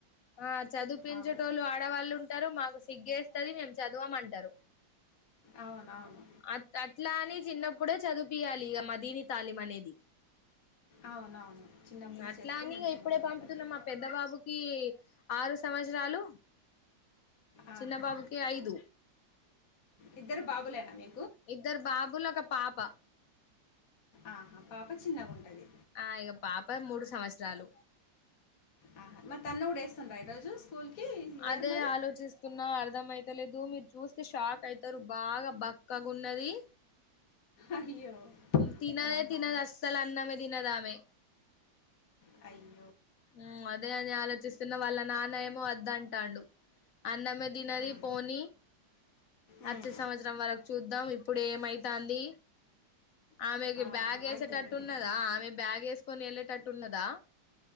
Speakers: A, on the left (about 70°); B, on the left (about 50°).
A: ఆ చదివుపించేటోలు
B: అవును
A: ఆడవాళ్ళు ఉంటారు మాకు సిగ్గేస్తది మేము చదువుకోమంటారు
B: అవునవును
A: అ అట్లా అని చిన్నప్పుడే చదుపియాలి ఇక మదీని తాలిం అనేది
B: అవునవును చిన్నప్పుడు
A: ఉమ్ అట్లా
B: చేస్తే
A: అని
B: మంచిగా
A: ఇక ఇప్పుడే
B: ఉంటుంది వాళ్ళకి
A: పంపితున్నా మా పెద్ద బాబుకి ఆరు సంవత్సరాలు
B: ఆ
A: చిన్న
B: హా
A: బాబుకి ఐదు
B: ఇద్దరు బాబు లేనా మీ
A: ఇద్దరు బాబులు ఒక పాప
B: ఆహా పాప చిన్నగా ఉంటది
A: ఆ ఇక పాప మూడు సంవత్సరాలు
B: ఆహా మరి తన్న కూడా ఏస్తుంద ఈరోజు స్కూల్కి ఇయర్
A: అదే
B: మరి
A: ఆలోచిస్తున్నా అర్ధంమయితలేదు మీరు చూస్తే షాక్ అయితారు బాగా బక్కగా ఉన్నది
B: అయ్యో
A: ఉమ్ తినదే
B: ఆహా
A: తినదు అసలు అన్నం ఏ తినదామె
B: అయి
A: ఉమ్ అదే అదే ఆలోచిస్తున్న వాళ్ళ నాన్న ఏమో వద్ద అంటాడు అన్నమే తినది
B: ఆ,
A: పోనీ
B: ఉమ్.
A: ఆచే సంవత్సరం వరకు చూద్దాం ఇప్పుడు ఏమై తాంది ఆమెకి
B: అవునవును
A: బ్యాగ్ ఏసేటట్టు
B: అంతేనండి
A: ఉన్నదా ఆమె బ్యాగ్ ఎస్ కొని ఏళ్ళేటట్టు ఉన్నదా